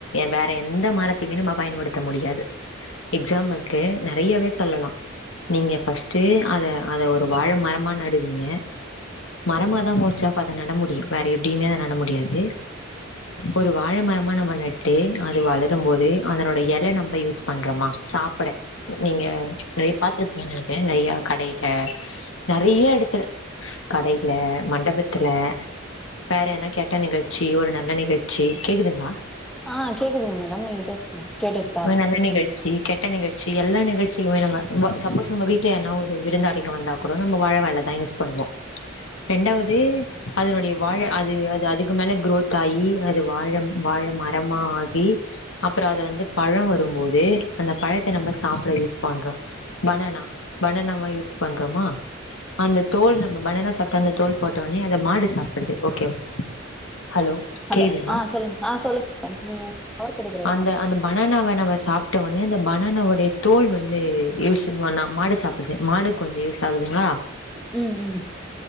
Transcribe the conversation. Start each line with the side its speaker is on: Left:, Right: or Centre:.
Left: வேற எந்த மரத் திருப்பி நம்ம பயன்படுத்த முடியாது எக்ஸாம்க்கு நெறயாவே சொல்லலா நீங்க ஃபஸ்ட்டு அத அத ஒரு வாழ மரமா நடுவீங்க மரமாதா மோஸ்ட் ஆஃப் அத நட முடியூ வேற எப்டியுமே அத நட முடியாது ஒரு வாழ மரமா நம்ம நட்டு அது வளரூ போது அதனோட எல நம்ம யூஸ் பண்றமா சாப் பட நீங்க நெறைய பாத்திருப் எங்க கிட்ட நெறயா கடையிருக்கே நெறைய எடுத்து கடையில மண்டபத்துல வேற எத்னா கெட்ட நிகழ்ச்சி ஒரு நல்ல நிகழ்ச்சி கேக்குதுங்ளா
Centre: ஆ கேக்குதுங்க மேடம் நீங்க பேசுங்க கேட்டுட்டுதா
Left: ஒரு
Centre: இருக்கோ
Left: நல்ல நிகழ்ச்சி
Centre: ம்
Left: கெட்ட நிகழ்ச்சி எல்லா நிகழ்ச்சிக்குமே நம்ம ப சப்போஸ் நம்ம வீட்ல யார்ன ஒரு விருந்தாளிங்க வந்தா கூட நம்ம வாழ வோண்டா தா யூஸ் பண்ணுவோ ரெண்டாவது அதனுடையப் வாழ அது அது அதுக்கு மேல க்ரோத் ஆகி அது வாழம் வாழ மரமா ஆகி அப்பறோ அதுல இருந்து பழ வரும்போது அந்த பழத்த நம்ம சாப்ட யூஸ் பண்றோ பணானா பணானாவா யூஸ் பண்றோமா அந்த தோல் நம்ம பணானா சாப்ட அந்த தோல் போட்டோட்னே அத மாடு சாப் படுது ஓகே ஹலோ
Centre: ஹலோ
Left: கேக்குதுங்களா
Centre: ஆ சொல்லுங்க ஆ சொல்லுங்க மேடம் நீங்க வந்து டவர் கெடைக்கிற எடமா
Left: அந்த
Centre: பேசுங்க
Left: அந்த பணானாவ நாம சாப் ட்னே அந்த பணானாவுடைய தோல் வந்து யூஸ்வான மாடு சாப்பிடுது மாடு கொஞ்சொ யூஸ் ஆகுதுங்களா
Centre: ம் ம்